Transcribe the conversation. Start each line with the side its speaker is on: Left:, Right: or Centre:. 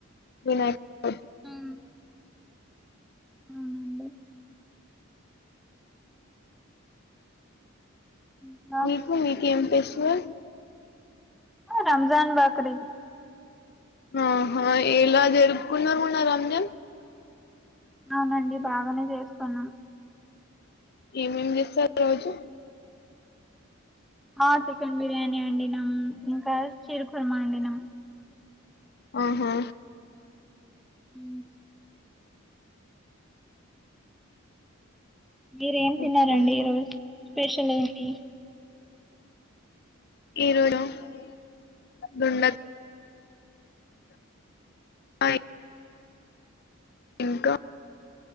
Left: వినాయక్
Centre: మ్మ్. అవునండి ఇంకా
Left: మీకు మీకేం ట్విస్ట్ చే
Centre: రంజాన్ బక్రీద్
Left: ఆ హఎలా జరుపుకున్నారు మొన్నా రంజాన్
Centre: అవునండి బాగానే చేసుకున్నాం
Left: ఏమేం చేస్తారు రోజు
Centre: ఆ చెకండ్ మీ బిర్యానీ వండినాం ఇంకా ఖీర్ కుర్మ వండినాం
Left: ఆహా
Centre: హ మీరేం ఏం తిన్నారండి
Left: ఓకే
Centre: ఈరోజు స్పెషల్ ఏంటి
Left: ఈరోడంమ్ అట్ల ఉండద్ అయి ఇంకా